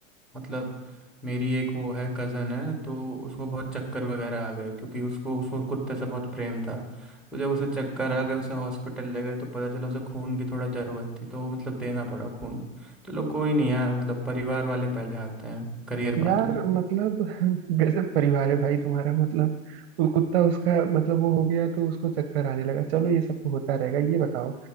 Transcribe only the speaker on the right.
यार
मतलब <laughs> गजब परिवार है भाई तुम्हारा मतलब वो कुत्ता उसका मतलब वो हो गया तो उसको चक्कर आने लगा चलो ये सब तो होता रहेगा ये बताओ